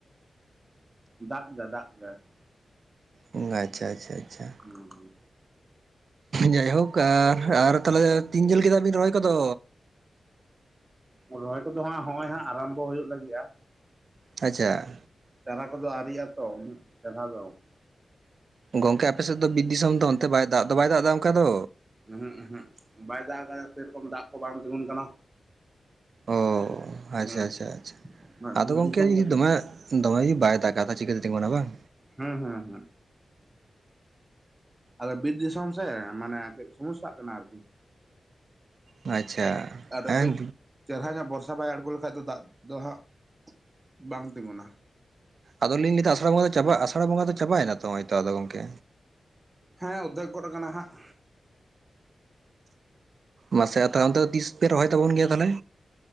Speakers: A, on the right; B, on the right.
A: ᱫᱟᱜ ᱠᱮᱫᱟᱭ ᱫᱟᱜ ᱠᱮᱫᱟᱭ ᱾
B: ᱩᱸ ᱟᱪᱪᱷᱟ ᱟᱪᱪᱷᱟ ᱟᱪᱪᱷᱟ ᱾
A: ᱦᱩᱸᱻ ᱾
B: ᱡᱟᱭᱦᱳᱠ ᱟᱨ, ᱟᱨ ᱛᱟᱦᱚᱞᱮ ᱛᱤᱱ ᱡᱷᱟᱹᱞ ᱠᱮᱫᱟ ᱵᱤᱱ ᱨᱚᱦᱚᱭ ᱠᱚᱫᱚ?
A: ᱩᱸᱜ ᱨᱚᱦᱚᱭ ᱠᱚᱫᱚ ᱦᱟᱸᱜ ᱦᱚᱜ-ᱚᱭ ᱦᱟᱸᱜ ᱟᱨᱟᱢᱵᱚ ᱦᱩᱭᱩᱜ ᱞᱟᱜᱤᱜᱼᱟ ᱾
B: ᱟᱪᱪᱷᱟ ᱾
A: ᱪᱟᱨᱟ ᱠᱚᱫᱚ ᱟᱹᱣᱨᱤᱜ ᱟᱛᱚ ᱩᱱᱟᱹᱜ ᱪᱮᱨᱦᱟ ᱫᱚ ᱾
B: ᱜᱚᱢᱠᱮ ᱟᱯᱮ ᱥᱮᱫ ᱫᱚ ᱵᱤᱨ ᱫᱤᱥᱚᱢ ᱫᱚ ᱚᱱᱛᱮ ᱵᱟᱭ ᱫᱟᱜ ᱫᱚ ᱵᱟᱭ ᱫᱟᱜ ᱫᱟ ᱚᱱᱠᱟ ᱫᱚ?
A: ᱩᱦᱩᱸᱜ ᱩᱦᱩᱸᱜ ᱵᱟᱭ ᱫᱟᱜ ᱟᱠᱟᱫᱟ, ᱥᱮᱨᱚᱠᱚᱢ ᱫᱟᱜ ᱠᱚ ᱵᱟᱭ ᱛᱤᱸᱜᱩᱱ ᱠᱟᱱᱟ᱾
B: ᱚ ᱟᱪᱪᱷᱟ
A: ᱦᱩᱸ
B: ᱟᱪᱪᱷᱟ ᱟᱪᱪᱷᱟ
A: ᱦᱩᱸ
B: ᱟᱫᱚ
A: ᱵᱤᱨ
B: ᱜᱚᱢᱠᱮ
A: ᱫᱤᱥᱚᱢ
B: ᱡᱩᱫᱤ
A: ᱠᱷᱟᱹᱛᱤᱨ
B: ᱫᱚᱢᱮ ᱫᱚᱢᱮ ᱡᱩᱫᱤ ᱵᱟᱭ ᱫᱟᱜᱟ ᱠᱟᱛᱷᱟ ᱪᱤᱠᱟᱹ ᱛᱮ ᱛᱤᱸᱜᱩᱱᱟ ᱵᱟᱝ?
A: ᱦᱮᱸ ᱦᱮᱸ ᱦᱮᱸ᱾ ᱟᱫᱚ ᱵᱤᱨ ᱫᱤᱥᱚᱢ ᱥᱮ ᱢᱟᱱᱮ ᱠᱟᱹᱡ ᱥᱚᱢᱚᱥᱥᱟᱜ ᱠᱟᱱᱟ ᱟᱹᱨᱠᱤ᱾
B: ᱟᱪᱪᱷᱟ
A: ᱟᱨ
B: ᱦᱮᱸ
A: ᱠᱟᱡᱽ ᱪᱮᱦᱮᱨᱟ ᱧᱚᱜ ᱵᱷᱚᱨᱥᱟ ᱵᱟᱭ ᱟᱬᱜᱚ ᱞᱮᱠᱷᱟᱡ ᱫᱚ ᱫᱟᱜ ᱫᱚ ᱦᱟᱸᱜ ᱵᱟᱝ ᱛᱤᱸᱜᱩᱱᱟ᱾
B: ᱟᱫᱚ ᱞᱤᱧ ᱞᱟᱹᱭ ᱫᱟ ᱟᱥᱟᱲ ᱵᱚᱸᱜᱟ ᱫᱚ ᱟᱥᱟᱲ ᱵᱚᱸᱜᱟ ᱪᱟᱵᱟᱭ ᱱᱟᱛᱚ ᱱᱚᱜᱼᱚᱭ ᱛᱚ ᱜᱚᱢᱠᱮ᱾
A: ᱦᱮᱸ ᱚᱨᱫᱷᱮᱠ ᱜᱚᱜ ᱠᱟᱱᱟ ᱦᱟᱸᱜ᱾
B: ᱢᱟᱥᱮ ᱟᱫᱚ ᱛᱤᱥ ᱯᱮ ᱨᱚᱦᱚᱭ ᱛᱟᱵᱚᱱ ᱜᱮᱭᱟ ᱛᱟᱦᱚᱞᱮ?